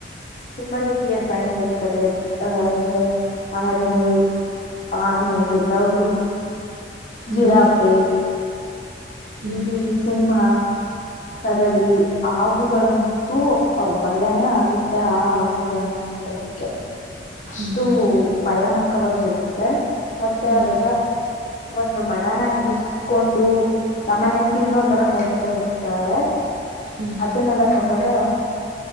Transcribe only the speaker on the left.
ತುಂಬಾ ರೀತಿಯ ಪ್ರಾಣಿಗಳಿದ್ದಾವ ಅಂದ್ರೆ ಆನೆಯು ಆನೆ ಗೆಂಡಾಮೃಗ
ಜಿರಾಫೆ
ಹುಲಿ ಸಿಂಹ ಕರಡಿ ಹಾವುಗಳಂತೂ ಅ ಭಯನೇ ಆಗುತ್ತೆ ಆ ಹಾವುಗಳನ್ನ ನೋಡೋದಕ್ಕೆ. ಅಷ್ಟು
ಭಯಾನಕವಾಗಿರುತ್ತೆ ಮತ್ತೆ
ಅವೆಲ್ಲ ಒಂದು ಮರಾನ ಹಿಂಗೆ ಸುತ್ಕೊಂಡು ನಮ್ಮನೆ ತಿನ್ನೋ ತರ ನೋಡ್ತಾ ಇರ್ತಾವೆ
ಅದನ್ನೆಲ್ಲ ನೋಡದಾಗ